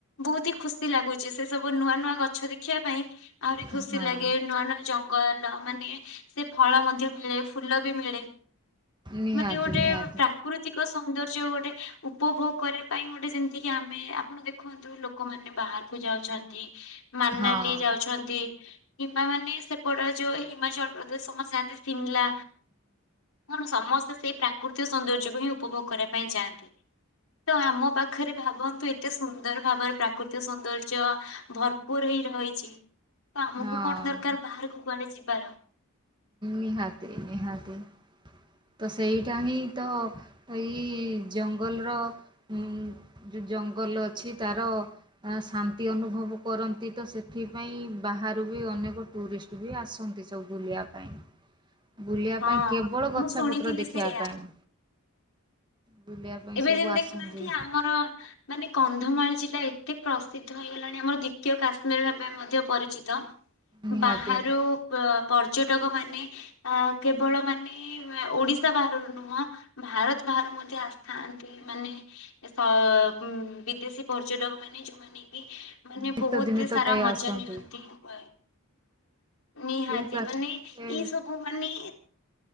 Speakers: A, on the left; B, on the right.
A: ବହୁତ ହି ଖୁସି ଲାଗୁଛି ସେ ସବୁ ନୂଆ ନୂଆ ଗଛ ଦେଖିବା ପାଇଁ ଆହୁରି ଖୁସି
B: ହଁ
A: ଲାଗେ ନୂଆ ନୂଆ ଜଙ୍ଗଲ ମାନେ ସେ ଫଳ ମଧ୍ୟ ମିଳେ ଫୁଲ ବି ମିଳେ
B: ନିହାତି
A: ମାନେ ଗୋଟେ
B: ନିହାତି
A: ପ୍ରାକୃତିକ ସୌନ୍ଦର୍ଯ୍ୟ ଗୋଟେ ଉପଭୋଗ କରିବା ପାଇଁ ଗୋଟେ ଯେମିତିକି ଆମେ ଆପଣ ଦେଖନ୍ତୁ ଲୋକମାନେ ମାନେ ବାହାରକୁ ଯାଉଛନ୍ତି। ମନାଲି
B: ହଁ
A: ଯାଉଛନ୍ତି କିମ୍ବା ମାନେ ସେପଟେ ଯୋଉ ହିମାଚଳ ପ୍ରଦେଶ ସମସ୍ତେ ଯାଆନ୍ତି ସିମ୍ଲା କଣ ସମସ୍ତେ ସେଇ ପ୍ରାକୃତିକ ସୌନ୍ଦର୍ଯ୍ୟକୁ ହିଁ ଉପଭୋଗ କରିବା ପାଇଁ ଯାଆନ୍ତି। ତ ଆମ ପାଖରେ ଭାବନ୍ତୁ ଏ ସୁନ୍ଦର ଭାବରେ ପ୍ରାକୃ ଟେ ସୌନ୍ଦର୍ଯ୍ୟ ଭରପୁର ହେଇ ରହିଛି। ତ ଆମକୁ
B: ହଁ
A: କଣ ଦରକାର ବାହାରକୁ କୁଆଡେ ଯିବା। ବାର
B: ନିହାତି ନିହାତି। ତ ସେଇଟା ହିଁ ତ ଏଇ ଜଙ୍ଗଲର ଯୋଉ ଜଙ୍ଗଲ ଅଛି ତାର ଶାନ୍ତି ଅନୁଭବ କରନ୍ତି ତ ସେଥିପାଇଁ ବାହାରୁ ବି ଅନେକ ଟୁରିଷ୍ଟ ବି ଆସନ୍ତି ସବୁ ବୁଲିବା ପାଇଁ। ବୁଲିବା
A: ହଁ
B: ପାଇଁ କେବଳ କଥା
A: ମୁଁ
B: ଗଛ
A: ଶୁଣିଥିଲି
B: ପତ୍ର ଦେଖିବା
A: ସେଇଆ
B: ପାଇଁ ବୁଲିବା ପାଇଁ
A: ଏବେ
B: ସବୁ
A: ଯେମିତି
B: ଆସନ୍ତି।
A: ଦେଖୁନାହାନ୍ତି ଆମର ମାନେ କନ୍ଧମାଳ ଜିଲ୍ଲା ଏତେ ପ୍ରସିଦ୍ଧ ହେଇଗଲାଣି ଆମର ଦ୍ଵିତୀୟ କାଶ୍ମୀର ଭାବେ ମଧ୍ୟ ପରିଚିତ।
B: ନିହାତି
A: ବାହାରୁ ବ ପର୍ଯ୍ୟଟକ ମାନେ ଅ କେବଳ ମାନେ ଓଡିଶା ବାହାରୁ ନୁହଁ ଭାରତ ବାହାରୁ ମଧ୍ୟ ଆସି ଥାଆନ୍ତି ମାନେ ସ ବିଦେଶୀ ପର୍ଯ୍ୟଟକ ମାନେ ଯୋଉମାନେ ମାନେ
B: ଶୀତ
A: ବହୁତ
B: ଦିନେ ତ
A: ସାରା
B: ପ୍ରାୟ
A: ମଜା
B: ଆସନ୍ତି
A: ନିଅନ୍ତି କ ନିହାତି
B: ଏଇ ପ୍ରାକ
A: ମାନେ ଏଇ
B: ଏ
A: ସବୁ ମାନେ